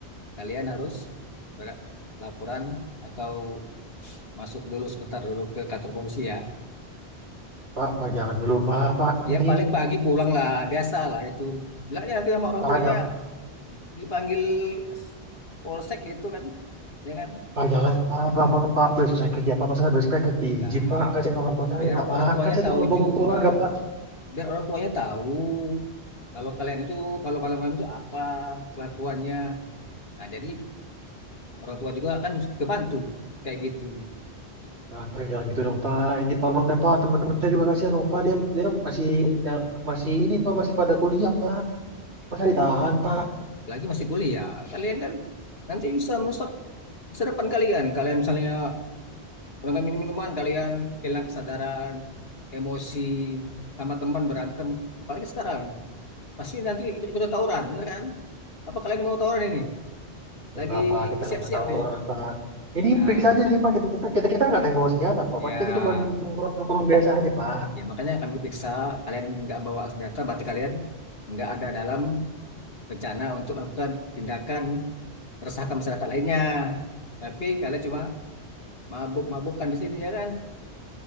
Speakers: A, on the left; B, on the right.
A: kalian harus berlaporan atau masuk dulu sebentar dulu ke kantor polisi ya.
B: Pak, Pak jangan dulu Pak. Pak
A: Dia
B: ini
A: paling pagi pulang lah, biasa lah itu. Bilangnya nanti sama orang
B: Pak
A: tuanya
B: jangan
A: dipanggil polsek gitu kan, ya kan?
B: Pak jangan Pak Pak Pak, Pak, besok saya kerja Pak. Masa besok saya kerja izin
A: Lah,
B: Pak. Kasihin orang tua saya
A: biar
B: Pak.
A: orang tuanya
B: Kan saya
A: tahu
B: terlalu punggung
A: juga,
B: keluarga Pak.
A: biar orang tuanya tahu kalau kalian itu kalau malam-malam itu apa kelakuannya. Nah, jadi orang tua juga kan kebantu kayak gitu.
B: Ah, Pak, jangan gitu dong, Pak. Ini tolong deh, Pak. Teman-teman saya juga kasihan dong, Pak. Dia, dia masih yang masih ini, Pak, masih pada kuliah, Pak. Masa
A: Iya.
B: ditahan, Pak?
A: lagi masih kuliah. Kalian kan nanti bisa merusak masa depan kalian. Kalian misalnya kurang minum-minuman, kalian hilang kesadaran, emosi, sama teman berantem. Apalagi sekarang, pasti nanti ikut ikut tawuran, bener kan? Apa kalian mau tawuran ini? Lagi
B: Enggak, Pak. Kita nggak
A: siap-siap
B: pernah tawuran,
A: nih.
B: Pak. Ini
A: Nah,
B: periksa aja nih, Pak. Kita kita kita kita nggak ada yang bawa senjata, kok,
A: ya,
B: Pak. Kita cuma nongkrong-nongkrong biasa aja, Pak.
A: ya makanya kami periksa kalian nggak bawa senjata, berarti kalian nggak ada dalam rencana untuk melakukan tindakan meresahkan masyarakat lainnya. Tapi kalian cuma mabuk-mabukan di sini ya kan?